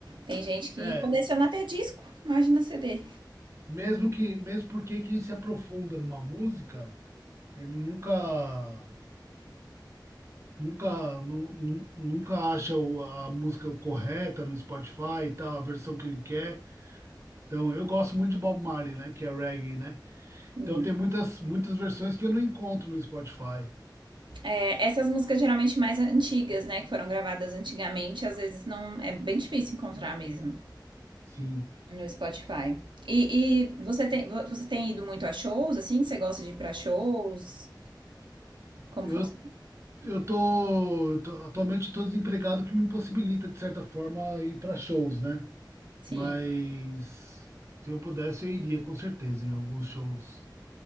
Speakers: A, on the right (about 80°); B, on the right (about 35°).
A: Tem gente que
B: É,
A: coleciona até disco, imagina CD.
B: Mesmo que, mesmo porque quem se aprofunda numa música, ele nunca, nunca, nu- nu- nunca acha o- a música correta no Spotify e tal, a versão que ele quer. Então, eu gosto muito de Bob Marley, né? Que é reggae, né?
A: Hum.
B: Então, tem muitas, muitas versões que eu não encontro no Spotify.
A: É, essas músicas geralmente mais antigas, né, que foram gravadas antigamente, às vezes não é bem difícil encontrar mesmo
B: Sim.
A: no Spotify. E, e você tem, vo- você tem ido muito a shows, assim? Você gosta de ir pra shows? Como
B: Eu,
A: funciona?
B: eu tô, eu tô- atualmente estou desempregado, o que me impossibilita, de certa forma, ir para shows, né?
A: Sim.
B: Mas se eu pudesse, eu iria com certeza em alguns shows.